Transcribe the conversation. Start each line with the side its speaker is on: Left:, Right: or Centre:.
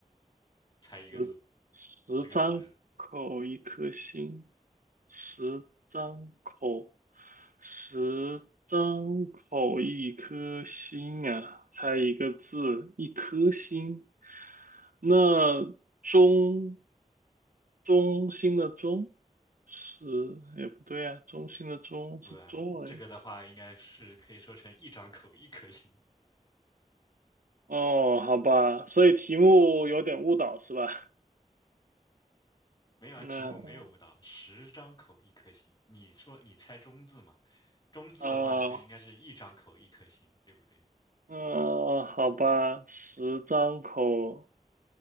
Left: 猜一个字。
Right: 十十张口一颗心，
Left: 这个字
Right: 十张口，十张口一颗心啊，猜一个字，一颗心。那中中心的中是，也不对啊，中心的中是
Left: 不然，
Right: joy
Left: 这个的话应该是可以说成一张口一颗心。
Right: 哦，好吧，所以题目有点误导是吧？
Left: 没有啊，
Right: 那
Left: 题目没有误导，十张口一颗心。你说你猜中字嘛？中字的话呢，
Right: 啊。
Left: 就应该是一张口一颗心，对不对？
Right: 呃，好吧，十张口，